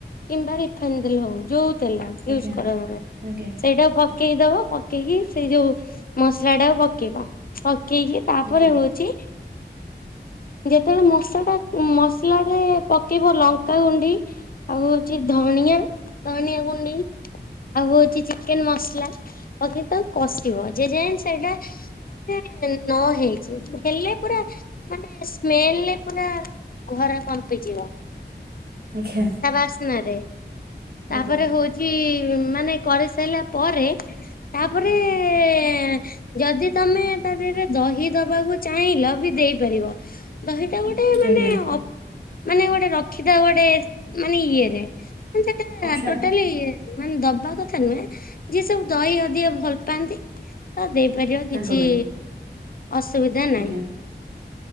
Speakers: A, on the left; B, on the right.
A: କିମ୍ବା ରିଫାଇନ଼ ତେଲ ହୋଉ ଯୋଉ ତେଲ
B: ଆଜ୍ଞା
A: ୟୁଜ୍ କର ତମେ
B: ଆଜ୍ଞା
A: ସେଇଟାକୁ ଫକେ ପକେଇଦବ, ପକେଇକି ସେଇ ଯୋଉ ମସ୍ଲା ଟାକୁ ପକେଇବ। ପକେଇକି ତାପରେ
B: ଆଜ୍ଞା
A: ହୋ ଚି ଯେତେବେଳେ ମଶା ଟା ମସ୍ଲା ରେ ପକେଇବ ଲଙ୍କାଗୁଣ୍ଡି। ଆଉ ହୋଉଚି ଧଣିଆଁ ଧଣିଆଁ ଗୁଣ୍ଡି ଆଉ ହୋଉଚି ଚିକେନ୍ ମସ୍ଲା। ପକେଇକି ତାକୁ କଷିବ ଯେ ଯାଏଁ ସେଇଟା ମାନେ ନ ହେଇଚି, ହେଲେ ପୁରା ମାନେ ସ୍ମେଲ୍ ରେ ପୁରା ଘର କମ୍ପିଯିବ।
B: ଆଜ୍ଞା
A: ତା ବାସ୍ନାରେ। ତାପରେ
B: ଆଜ୍ଞା
A: ହୋଉଚି ମାନେ କରିସାଇଲା ପରେ। ତା ପରେ-ଏ ଯଦି ତମେ ତା ଦେହରେ ଦହି ଦବାକୁ ଚାହିଁଲ ବି ଦେଇପାରିବ ଦହିଟା ଗୋଟେ
B: ଆଜ୍ଞା।
A: ଅଫ୍ ମାନେ ଗୋଟେ ରଖିଥାଉ ଗୋଟେ ଏସ୍ ମାନେ ଇଏରେ। ହଁ ସେଟା
B: ଅପସନାଲ
A: ତୋଟାଲୀ। ମାନେ ଦବା କଥା ନୁହେଁ, ଯିଏ ସବୁ ଦଇ ଅଧିକ ଭଲ୍ ପାଆନ୍ତି। ତ ଦେଇପାରିବ
B: ତାଙ୍କ
A: କିଛି
B: ପାଇଁ
A: ଅସୁବିଧା ନାହିଁ।
B: ଆଜ୍ଞା